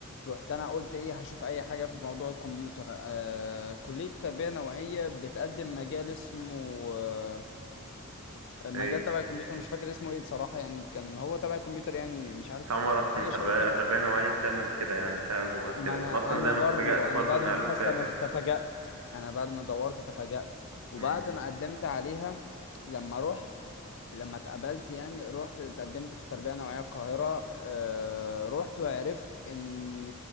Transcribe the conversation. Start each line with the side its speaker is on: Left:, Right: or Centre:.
Left: رحت انا قلت ايه هشوف اي حاجه في موضوع الكمبيوتر آه كليه تربيه نوعيه بتقدم مجال اسمه آه مجال
Right: ايه
Left: تبع الكمبيوتر مش فاكر اسمه ايه بصراحه يعني كان هو تبع الكمبيوتر يعني مش عارف
Right: بس أول مرة
Left: ك-
Right: اعرف
Left: حاجه
Right: ان تربيه
Left: شبه كلمه
Right: تربيه نوعيه بتعمل كده يعني فيها جواها كده
Left: ما انا
Right: انا اصلا
Left: انا
Right: زي ما
Left: برضو
Right: تفاجأت
Left: انا
Right: برضو
Left: بعد
Right: ان
Left: ما
Right: علوم
Left: بحثت
Right: فيها
Left: انا
Right: كده
Left: تفاجأت انا بعد ما دورت تفاجأت وبعد
Right: امم
Left: ما قدمت عليها لما رحت لما اتقبلت يعني رحت اتقدمت في التربية النوعية القاهرة آه، رحت وعرفت ان